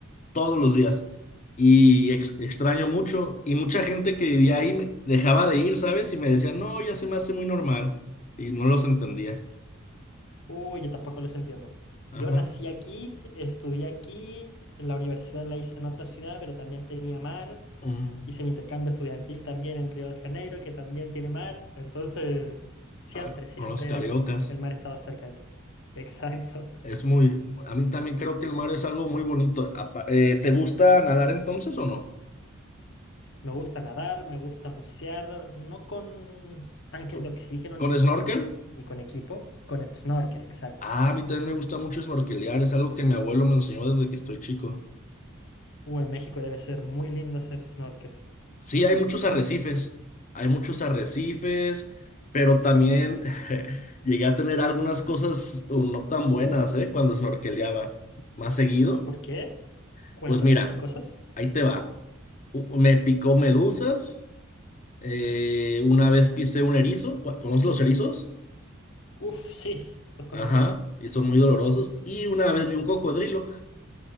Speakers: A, on the left (about 40°); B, on the left (about 65°).
A: Todos los días. Y ex- extraño mucho. Y mucha gente que vivía ahí me- dejaba de ir, ¿sabes? Y me decía, no, ya se me hace muy normal. Y no los entendía.
B: Uy, yo tampoco los entiendo.
A: Ajá.
B: Yo nací aquí, estudié aquí, en la universidad la hice en otra ciudad, pero también tenía mar.
A: Mm.
B: Hice mi intercambio estudiantil también en Río de Janeiro, que también tiene mar. Entonces, siempre,
A: Ah,
B: siempre
A: con los cariocas.
B: el, el mar estaba cerca de mí. <laughs> Exacto.
A: Es muy, a mí también creo que el mar es algo muy bonito. Apa- eh, ¿te gusta nadar entonces o no?
B: Me gusta nadar, me gusta bucear, no con tanques
A: Co-
B: de oxígeno ni
A: ¿Con,
B: con,
A: snorkel?
B: ni con equipo, con snorkel, exacto.
A: Ah, a mí también me gusta mucho snorkelear, es algo que mi abuelo me enseñó desde que estoy chico.
B: Uh, en México debe ser muy lindo hacer snorkel.
A: Sí, hay muchos arrecifes, hay muchos arrecifes, pero también <laughs> llegué a tener algunas cosas o no tan buenas, ¿eh? Cuando snorkeleaba más seguido.
B: ¿Por qué? Cuéntame,
A: Pues mira,
B: ¿qué cosas?
A: ahí te va. U- Me picó medusas. Eh, una vez pisé un erizo. ¿cu- ¿Conoces los erizos?
B: Uf, sí, los conozco.
A: Ajá. Y son muy dolorosos. Y una vez vi un cocodrilo.